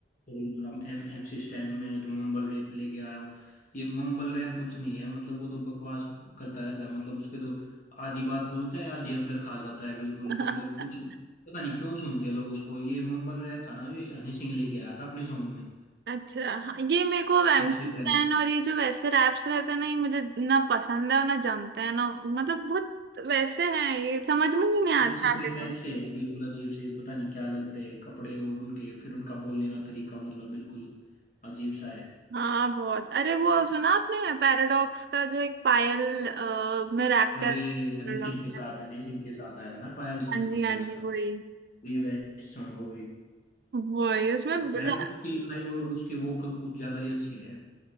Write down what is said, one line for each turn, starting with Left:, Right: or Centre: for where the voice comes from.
Left: थोड़े दिन मतलब एम एम सी स्टैन में तो मम्बल रैप लेके आया हूँ ये मम्बल रैप कुछ नहीं है मतलब वो तो बकवास करता रहता है मतलब उसके तो आधी बात बोलता है आधी अंदर खा जाता है बिल्कुल
Right: हाँ
Left: मतलब कुछ
Right: <laughs>
Left: पता नहीं क्यों सुनते हैं लोग उसको ये मम्बल रैप था ना ये हनी सिंह लेके आया था अपने सॉन्ग में
Right: अच्छा हाँ, ये मेरे को एमसी
Left: सबसे
Right: स्टैन
Left: पहले
Right: और ये जो वैसे रैप्स रहते हैं ना ये मुझे ना पसंद है और ना जमते हैं ना मतलब बहुत वैसे हैं ये समझ में भी नहीं आते
Left: ये छपरी
Right: आगे
Left: टाइप
Right: तो
Left: से है बिल्कुल अजीब से पता नहीं क्या लगते हैं कपड़े और उनके फिर उनका बोलने का तरीका मतलब बिल्कुल अजीब सा है
Right: हाँ बहुत अरे वो सुना आपने पैराडॉक्स का जो एक पायल अ, में रैप
Left: अरे
Right: कर
Left: हनी
Right: पैराडॉक्स
Left: सिंह के
Right: ने
Left: साथ हनी सिंह के साथ आया था ना पायल सॉन्ग
Right: हाँ जी
Left: मतलब
Right: हाँ
Left: उसका
Right: जी वही
Left: दी बेस्ट सॉन्ग है वो भी
Right: वही उसमें ब्र-
Left: पैराडॉक्स की लिखाई और उसके वोकल कुछ ज्यादा ही अच्छे हैं